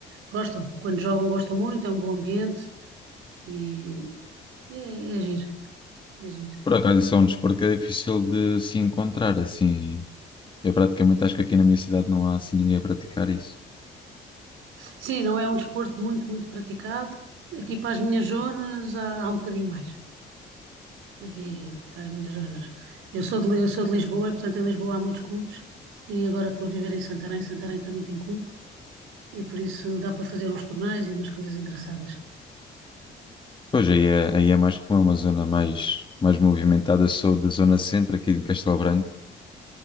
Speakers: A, on the right; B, on the left.
A: gostam, quando jogam gostam muito, é um bom ambiente e, e é, é giro, é giro.
B: por acaso isso é um desporto que é difícil de se encontrar assim. Eu praticamente acho que aqui na minha cidade não há assim ninguém a praticar isso.
A: Sim, não é um desporto muito, muito praticado. Aqui para as minhas zonas há, há um bocadinho mais. Aqui para as minhas zonas. Eu sou de, Li- eu sou de Lisboa e, portanto, em Lisboa há muitos clubes. E agora estou a viver em Santarém. Santarém também tem clube. E por isso dá para fazer uns torneios e umas coisas engraçadas.
B: Pois aí é, aí é mais como é uma zona mais, mais movimentada. Eu sou da zona centro aqui em Castelo Branco.